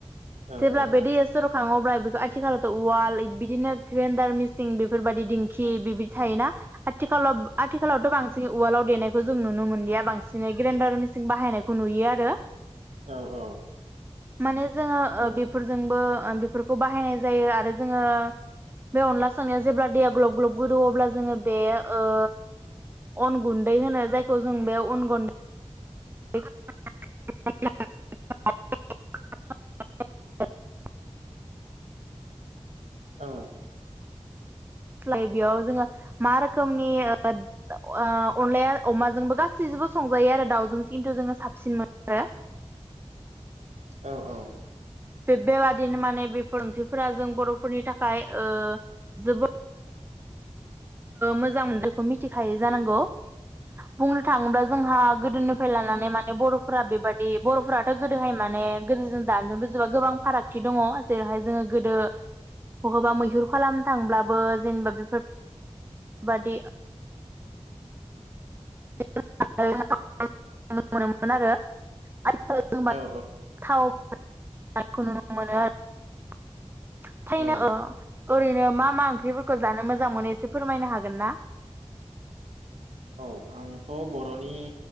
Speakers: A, on the right; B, on the right.
A: औ औ
B: जेब्ला बे दैयासरब खाङोब्ला बेखौ आथिखालावथ उवाल बिदिनो ग्रेन्डार मिसिं बेफोरबायदि दिंखि बेबायदि थायोना आ थिखालाव आथिखालावथ बांसिन उवालाव देनायखौ जों नुनो मोनलिया बांसिनै ग्रेन्डार मेचिन बाहायनायखौ नुयो आरो
A: औ औ
B: माने जोङो ओ बेफोरजोंबो बेफोरखौ बाहायनाय जायो आरो जोंङो बे अनला संनायाव जेब्ला दैया ग्लब ग्लब गोदौयो अब्ला जोंङो बे ओ अन गुन्दै होनो जायखौ जों बे अन गुन्दै <unintelligible>
A: औ
B: लाइबेयाव जोंङो मा रोखोमनि अनलाया अमाजोंबो गासैजोंबो संजायो आरो दाउजों खिन्थु जोङो साबसिन मोनो।
A: औ औ
B: बे-बेबादिनो माने बेफोर ओंख्रिफोरा जों बरफोरनि थाखाय ओ जोबोद मोजां मोन बेखौ मिथिखायो जानांगौ बुंनो थांङोबा जोंहा गोदोनिफ्राय लानानै माने बर' फ्रा बेबादि बरफोराथ गोदोहाय माने गोदोजों दानजजों रुजुबोबा गोबां फारागथि दङ जेरैहाय जोंङो गोदो बहाबा मैहुर खालामनो थांब्लाबो जेनेबा बेफोर बादि <unintelligible> नुनो मोनोमोन आरो <unintelligible> <unintelligible>
A: औ
B: नुनो मोनो आरो फायनो
A: औ
B: ओ
A: औ
B: ओरैनो मा मा ओंख्रिफोरखौ जानो मोजां मोनो एसे फोरमायनो हागोन ना?
A: औ आंथ बर'नि